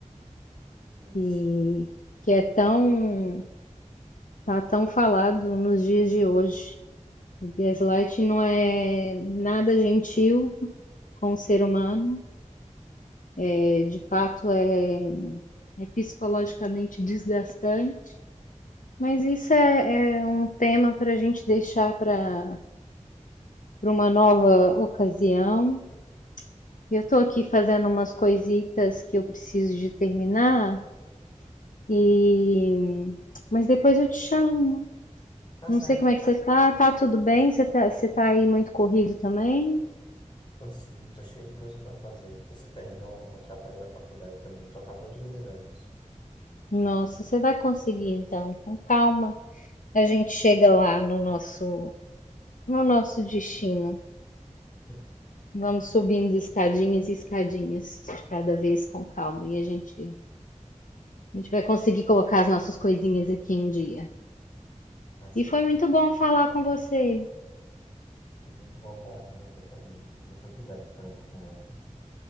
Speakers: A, on the left; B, on the left.
A: isso.
B: Que, que é tão Tá tão falado nos dias de hoje. O gaslighting não é nada gentil com o ser humano, é, de fato é, é psicologicamente desgastante, mas isso é, é um tema para a gente deixar para uma nova ocasião. Eu estou aqui fazendo umas coisitas que eu preciso de terminar, e mas depois eu te chamo.
A: Tá
B: Não
A: certo.
B: sei como é que você tá, tá tudo bem? Você tá, você tá aí muito corrido também?
A: Tô sim, tô cheio de coisa para fazer. Você terminou o trabalho da faculdade também, tu acabou de me lembrar isso.
B: Nossa, você vai conseguir então, com calma. A gente chega lá no nosso no nosso destino.
A: <laughs>
B: Vamos subindo escadinhas e escadinhas de cada vez com calma e a gente a gente vai conseguir colocar as nossas coisinhas aqui em dia.
A: Tá certo.
B: E foi muito bom falar com você.
A: Foi muito bom falar com você também. Muito obrigado por essa conversa.